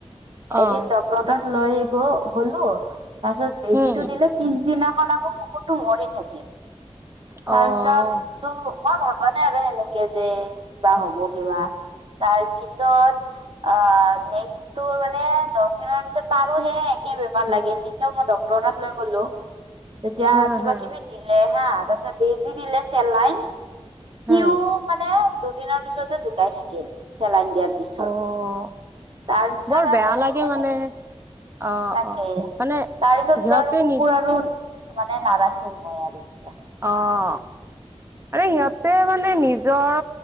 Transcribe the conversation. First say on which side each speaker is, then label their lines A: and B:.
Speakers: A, on the right; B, on the right.
A: অ',
B: এদিন ডক্তৰ তাত লৈ গ- গলো তাৰ পিছত বেজীটো
A: হুম,
B: দিলে, পিছদিনাখন আকৌ কুকুৰটো মৰি থাকিল।
A: অ',
B: তাৰপিছতটো মই ভাবা নাই আৰু সেনেকে যে কিবা হ'ব কিবা, তাৰ পিছত অ', নেষ্কটোৰ মানে দহদিনৰ পিছত তাৰো হে একে বেমাৰ লাগিল, তেতিয়াও মই ডক তৰ তাত লৈ গ'লো। এতিয়া
A: হুম,
B: কিবা-কিবি
A: হুম,
B: দিলে হা তাৰপিছত বেজী দিলে চেলাইন।
A: হুম,
B: সিও মানে দুদিনৰ পিছতে ঢুকাই থাকিল, চেলাইন দিয়াৰ পি পিছত,
A: অ',
B: তাৰপিছত
A: বৰ বেয়া
B: আৰু এ
A: লাগে
B: এনেকে
A: মানে অ',
B: তাকেই,
A: অ', মানে
B: তাৰপিছত
A: সিহঁতে
B: আৰু কুকুৰ
A: নিজ
B: আৰু মানে নাৰাখও মই আৰু এতিয়া।
A: অ', হিঁহতে মানে নিজৰ